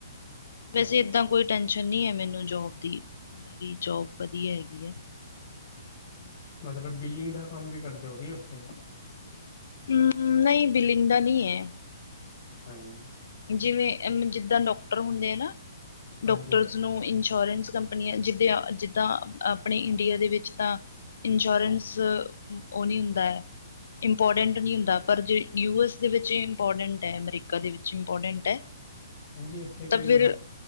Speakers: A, on the left; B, on the left.
A: ਚਾਹੀਏ
B: ਵੈਸੇ ਏਦਾਂ ਕੋਈ ਟੈਂਨਸ਼ਨ ਨਹੀਂ ਹੈ, ਮੈਨੂੰ ਜੋਬ ਦੀ ਮੇਰੀ ਜੋਬ ਵਧੀਆ ਹੈਗੀ ਹੈ।
A: ਮਤਲਬ, ਬਿਲਿੰਗ ਦਾ ਕੰਮ ਵੀ ਕਰਦੇ ਹੋ ਕਿ ਉੱਥੇ?
B: ਹਮ, ਨਹੀਂ ਬਿਲਿੰਗ ਦਾ ਨਹੀਂ ਹੈ।
A: ਹਾਂ।
B: ਜਿਵੇਂ, ਜਿੱਦਾਂ ਡਾਕਟਰ ਹੁੰਦੇ ਆ ਨਾ,
A: ਹਾਂਜੀ
B: ਡਾਕਟਰ।
A: ਹਾਂਜੀ
B: ਉਸਨੂੰ ਇੰਸ਼ੋਰੈਂਸ ਕੰਪਨੀਆਂ ਜਿੱਦਾਂ, ਜਿੱਦਾਂ ਆਪਣੇ ਇੰਡੀਆ ਦੇ ਵਿੱਚ ਤਾਂ ਇੰਸ਼ੋਰੈਂਸ ਉਹ ਨਹੀਂ, ਹੁੰਦਾ ਹੈ। ਇੰਪੋਰਟੈਂਟ ਨਹੀਂ ਹੁੰਦਾ, ਪਰ ਜੇ ਯੂ- ਐਸ ਦੇ, ਵਿੱਚ ਇਹ ਇੰਪੋਰਟੈਂਟ ਹੈ, ਅਮਰੀਕਾ ਦੇ ਵਿੱਚ। ਇੰਪੋਰਟੈਂਟ ਹੈ,
A: ਹਾਂਜੀ ਇੱਥੇ
B: ਤਾਂ
A: ਕੋਈ
B: ਫਿਰ